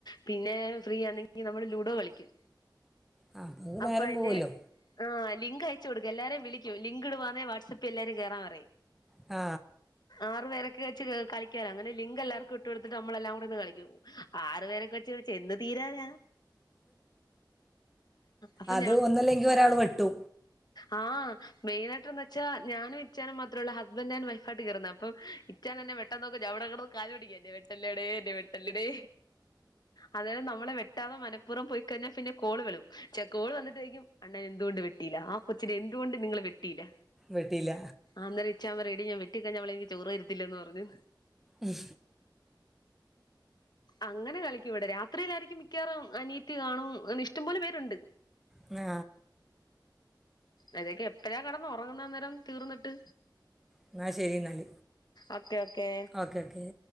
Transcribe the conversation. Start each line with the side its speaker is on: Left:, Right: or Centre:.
Left: പിന്നെ ഫ്രീ ആണെങ്കി നമ്മള് ലൂഡോ കളിക്കും
Centre: ആ അപ്പം നമുക്ക്
Left: അപ്പ
Centre: നേരം
Left: അതിന്റെ
Centre: പോവുമല്ലോ
Left: ആ ലിങ്ക് അയച്ച കൊടുക്ക് എല്ലാരേ വിളികൂ ലിങ്ക് ഇടുവാന്നെ വാട്സആപ്പിൽ എല്ലാരും കേറാൻ പറയും
Centre: അ
Left: ആറുപേരൊക്കെവച്ച് കളിക്കുവല്ലോങ്ങനെ ലിങ്ക് എല്ലാവർക്കും ഇട്ട് കൊടുത്തിട്ട് നമ്മളെല്ലാം കൂടെരിന്ന് കളിക്കും ആറുപേരൊക്കെ വച്ച് വച്ച് എന്ന് പിരാന അപ്പൊ
Centre: അത് ഒന്നില്ലെങ്കിൽ ഒരാൾ വെട്ടു
Left: ആ മെയിനായിട്ട് എന്ന് വച്ചാ ഞാനും ഇച്ചാനും മാത്രമേയുള്ളൂ ഹസ്ബൻറ് ആൻ വൈഫ് ആട്ട് കേറുന്ന അപ്പം ഇച്ചാൻ എന്നെ വെട്ട നോക്കും ഞാൻ അവിടെകിടന്നു കാല് പിടിക്കും എന്നെ വെ വല്ലടെ എന്നെ വെട്ടല്ലടെ അന്നേരം നമ്മളെ വെ ഇതാകുമ്പം മനഃപൂർവ്വം പോയിഴിഞ്ഞാൽ പിന്നെ കോള് വിളും ചെക്കോൾ വന്നിട്ട് ചോദിക്കും അണ്ണാ എന്ത് എന്തുകൊണ്ട് വെട്ടിയില്ല ആ കൊച്ചിനെ എന്തുകൊണ്ട് നിങ്ങള് വി ടീല്ല
Centre: വെട്ടിയില്ല
Left: അന്നേരം ഇച്ചായൻ പറയു എടീ ഞാൻ വെ വെട്ടി കഴിഞ്ഞാൽ അവളെ എനിക്ക് ചോറു തരത്തില്ലന്ന് പറഞ്ഞു
Centre: ഉം
Left: അങ്ങനെ കളിക്കും ഇവിടെ രാത്രിയിലായിരിക്കും മിക്കവാറും അനിയത്തി കാണും ഇഷ്ടം പോലെ പേരുണ്ട്
Centre: ആ
Left: അതൊക്കെ എ പ്പഴ കെടന്ന് ഒറങ്ങുന്നത് അ നേരം തീർന്നിട്ട്
Centre: എന്നാൽ ശരി എന്നാൽ
Left: ഓക്കെ ഓക്കെ
Centre: ഓക്കെ ഓക്കെ